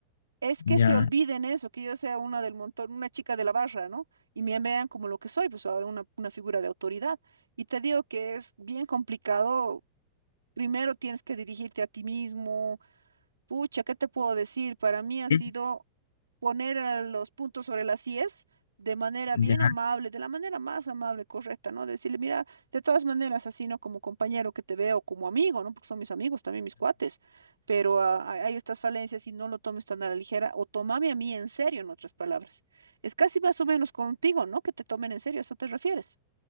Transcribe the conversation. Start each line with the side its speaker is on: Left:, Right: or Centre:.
Right: es que
Left: Ya.
Right: se olviden eso, que yo sea una del montón, una chica de la barra, ¿no? Y me vean como lo que soy, pues ahora una, una figura de autoridad. Y te digo que es bien complicado. Primero tienes que dirigirte a ti mismo. Pucha, ¿qué te puedo decir? Para mí ha sido
Left: es,
Right: poner a los puntos sobre las IES de manera
Left: Ya.
Right: bien amable, de la manera más amable, correcta, ¿no? Decirle, mira, de todas maneras, así, ¿no? Como compañero que te veo, como amigo, ¿no? Porque son mis amigos, también mis cuates, pero ah, hay hay estas falencias y no lo tomes tan a la ligera o tomame a mí en serio, en otras palabras. Es casi más o menos contigo, ¿no? Que te tomen en serio, ¿a eso te refieres?